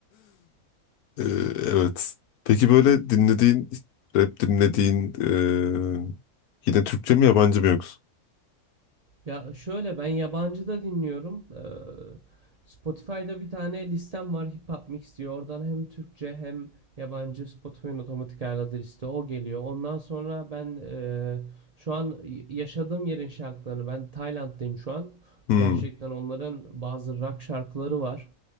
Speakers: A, on the left; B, on the right.
A: Ee, Evet. Peki böyle dinlediğin, rap dinlediğin ee, yine Türkçe mi yabancı mı yoksa?
B: Ya şöyle ben yabancı da dinliyorum. Ee, Spotify'da bir tane listem var Hip Hop Mix diyor. Oradan hem Türkçe hem yabancı Spotify'ın otomatik ayarladığı liste o geliyor. Ondan sonra ben e, şu an yaşadığım yerin şarkılarını ben Tayland'dayım şu an.
A: Hmm.
B: Gerçekten onların bazı rock şarkıları var.